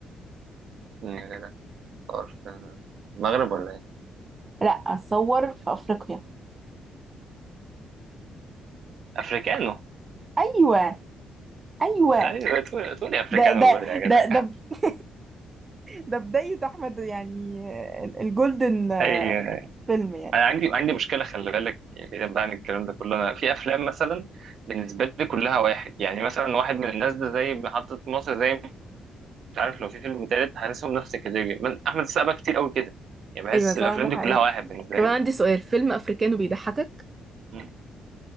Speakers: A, on the right (about 65°); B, on the right (about 30°).
A: هنا يا جدع طار في المغرب ولا إيه؟
B: لا اتصور في افريقيا
A: أفريكانو
B: ايوه ايوه
A: أيوة تقول تقولي أفريكانو
B: ده ده
A: من بدري يا
B: ده
A: جدع
B: ده <laughs> ده بدايه احمد يعني ال- الجولدن آه،
A: أي أنا
B: فيلم يعني
A: عندي عندي مشكلة خلي بالك يعني بعيدا بقى عن الكلام ده كله أنا في أفلام مثلا بالنسبة لي كلها واحد يعني مثلا واحد من الناس ده زي محطة مصر زي مش عارف لو في فيلم تالت هحسهم نفس الكاتيجوري من- أحمد السقا بقى كتير قوي كده يعني بحس
B: ايوه صح
A: الافلام
B: ده حقيقي
A: دي كلها واحد بالنسبه
B: طب
A: لي
B: انا عندي سؤال فيلم افريكانو بيضحكك
A: مم.